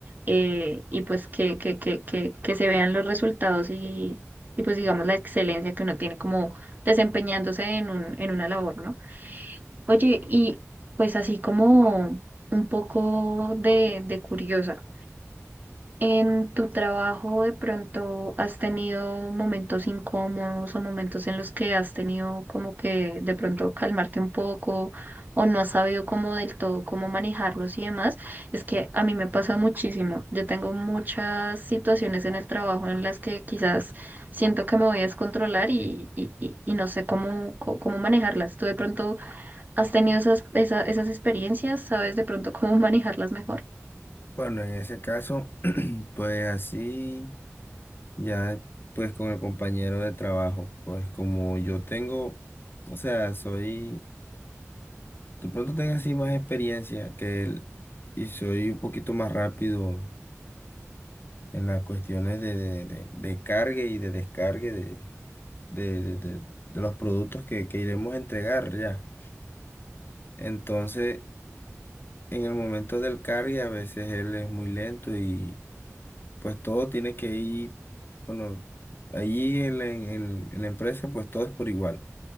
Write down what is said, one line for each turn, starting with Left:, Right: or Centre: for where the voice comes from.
Right: eh, y pues que, que, que, que, que se vean los resultados y, y pues digamos la excelencia que uno tiene como desempeñándose en un, en una labor, ¿no? Oye, y pues así como un poco de, de curiosa, ¿en tu trabajo de pronto has tenido momentos incómodos o momentos en los que has tenido como que de pronto calmarte un poco o no has sabido como del todo cómo manejarlos y demás? Es que a mí me pasa muchísimo. Yo tengo muchas situaciones en el trabajo en las que quizás siento que me voy a descontrolar y, y, y- y no sé cómo, cómo manejarlas. ¿Tú de pronto... ¿Has tenido esas, esa- esas experiencias? ¿Sabes de pronto cómo <laughs> manejarlas mejor?
Left: Bueno, en ese caso, <clears throat> pues así, ya pues con el compañero de trabajo, pues como yo tengo, o sea, soy, de pronto tengo así más experiencia que él y soy un poquito más rápido en las cuestiones de, de, de, de cargue y de descargue de, de, de, de- de los productos que, que iremos a entregar ya. Entonces, en el momento del cargue, a veces él es muy lento y pues todo tiene que ir, bueno, allí en, la- en, en- en la empresa, pues todo es por igual.